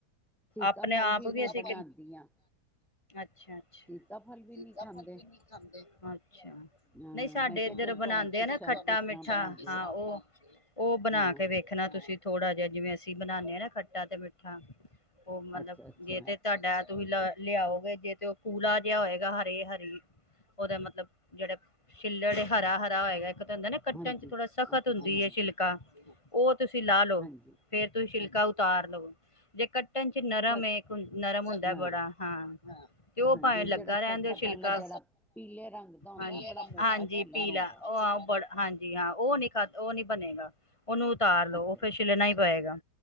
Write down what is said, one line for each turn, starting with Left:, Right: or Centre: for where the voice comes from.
Centre: ਸੀਤਾਫਲ
Left: ਆਪਣੇ ਆਪ
Centre: ਮੈਂ
Left: ਵੀ ਅਸੀਂ
Centre: ਬਣਾਉਂਦੀ ਹਾਂ
Left: ਅੱਛਾ-ਅੱਛਾ
Centre: ਸੀਤਾਫਲ ਵੀ
Left: ਸੀਤਾ
Centre: ਨਹੀਂ ਖਾਂਦੇ
Left: ਫਲ ਵੀ ਨੀ ਖਾਂਦੇ। ਅੱਛਾ
Centre: ਹਾਂ
Left: ਨਹੀਂ ਸਾਡੇ
Centre: ਮੈਂ ਕਿਹਾ
Left: ਇੱਧਰ
Centre: ਚਲ
Left: ਬਣਾਉਂਦੇ
Centre: ਤੁਹਾਨੂੰ ਪੁੱਛਾਂ
Left: ਆ ਨਾ ਖੱਟਾ
Centre: ਕਿਸ ਤਰ੍ਹਾਂ
Left: ਮਿੱਠਾ
Centre: ਬਣਾਉਂਦੇ
Left: ਹਾਂ
Centre: ਹੋ
Left: ਉਹ, ਉਹ ਬਣਾ
Centre: ਹਾਂ
Left: ਕੇ ਵੇਖਣਾ ਤੁਸੀਂ ਥੋੜਾ ਜਿਹਾ ਜਿਵੇਂ ਅਸੀਂ ਬਨਾਣੇ ਹ ਨਾ ਖੱਟਾ ਤੇ ਮਿੱਠਾ। ਉਹ ਮਤਲਬ
Centre: ਅੱਛਾ ਅੱਛਾ
Left: ਜੇ ਤੇ ਤੁਹਾਡਾ ਤੁਸੀਂ ਲ ਲਿਆਓਗੇ ਜੇ ਤੇ ਉਹ ਕੂਲਾ ਜਿਹਾ ਹੋਏਗਾ ਹਰੇ ਹਰੀ ਉਹਦਾ ਮਤਲਬ ਜਿਹੜੇ ਛਿੱਲੜ ਹਰਾ ਹਰਾ ਹੋਏਗਾ ਹੁੰਦਾ ਨਾ ਕੱਟਣ
Centre: ਹਾਂਜੀ
Left: ਚ ਥੋੜਾ ਸਖਤ
Centre: ਹਾਂਜੀ
Left: ਹੁੰਦੀ
Centre: ਹਾਂਜੀ
Left: ਹੈ ਸ਼ਛਿਲਕਾ ਉਹ ਤੁਸੀਂ ਲਾ ਲਓ
Centre: ਹਾਂਜੀ
Left: ਫੇਰ ਤੁਸੀਂ ਸ਼ਿਲਕਾ ਉਤਾਰ ਲਓ ਜੇ ਕੱਟਣ ਚ ਨਰਮ
Centre: ਸ
Left: ਨਰਮ ਹੁੰਦਾ
Centre: ਹਾਂ
Left: ਬੜਾ ਹਾਂ ਤੇ ਉਹ
Centre: ਹਾਂਜੀ
Left: ਭਾਵੇਂ ਲੱਗਾ
Centre: ਜਿਹੜਾ ਸਖਤ
Left: ਰਹਿੰਦੇਓ
Centre: ਵਾਲਾ
Left: ਲਕਾ
Centre: ਜਿਹੜਾ ਪੀਲੇ ਰੰਗ ਦਾ ਹੁੰਦਾ
Left: ਹਾਂਜੀ
Centre: ਬੜਾ ਮੋਟਾ
Left: ਹਾਂਜੀ
Centre: ਛਿੱਲਣ
Left: ਪੀਲਾ
Centre: ਹੁੰਦਾ
Left: ਉਹ ਬੜ ਹਾਂਜੀ ਹਾਂ ਉਹ ਨੀ ਖਾਧ ਉਹ ਨੀ ਬਣੇਗਾ ਉਹਨੂੰ ਉਤਾਰ ਲੋ
Centre: ਅੱਛਾ
Left: ਉਹ ਫਿਰ
Centre: ਅੱਛਾ
Left: ਛਿੱਿਲਣਾ ਹੀ ਪਏਗਾ